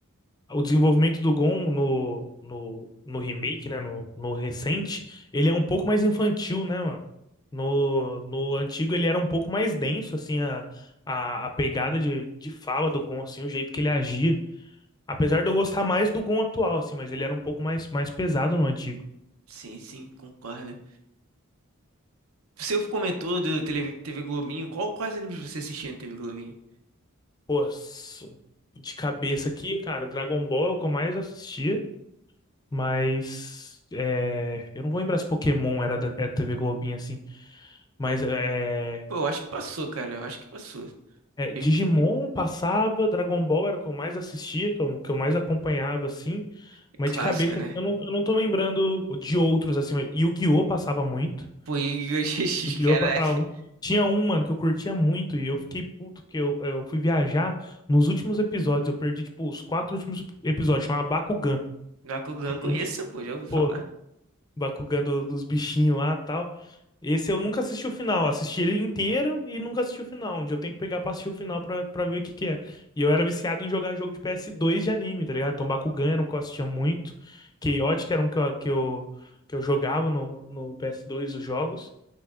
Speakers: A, on the left; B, on the right.
A: O desenvolvimento do Gon no, no, no remake, né? No, no recente, ele é um pouco mais infantil, né, mano? No, no antigo ele era um pouco mais denso, assim, a, a, a pegada de, de fala do Gon, assim, o jeito que ele agia. Apesar de eu gostar mais do Gon atual, assim, mas ele era um pouco mais, mais pesado no antigo.
B: sim, sim, concordo. Você comentou do tele- TV Globinho, qual, quais animes você assistia na TV Globinho?
A: Pô, s- de cabeça aqui, cara, Dragon Ball é o que eu mais assistia, mas. é, eu não vou lembrar se Pokémon era da é TV Globinho assim, mas é.
B: Pô, eu acho que passou, cara, eu acho que passou.
A: É, Digimon
B: Mesmo que
A: passava, Dragon Ball era o que eu mais assistia, que eu, que eu mais acompanhava, assim.
B: é
A: Mas
B: clássica,
A: de cabeça,
B: né?
A: assim, eu não, eu não tô lembrando de outros, assim. Mas Yu-Gi-Oh! passava muito.
B: Pô, Yu-Gi-Oh! GX,
A: Yu-Gi-Oh!
B: <laughs> caraca.
A: passava muito. Tinha um, mano, que eu curtia muito e eu fiquei puto, porque eu, eu fui viajar nos últimos episódios. Eu perdi, tipo, os quatro últimos episódios. Chama Bakugan.
B: Bakugan
A: que
B: conheço,
A: é um tipo-
B: pô, já ouvi falar.
A: Bakugan do- dos bichinhos lá e tal. Esse eu nunca assisti o final. Assisti ele inteiro e nunca assisti o final. Onde eu tenho que pegar pra assistir o final pra, pra ver o que que é. E eu era viciado em jogar jogo de ps dois de anime, tá ligado? Então Bakugan era um que eu assistia muito. Chaotic era um que eu, que eu, que eu jogava no, no ps dois os jogos.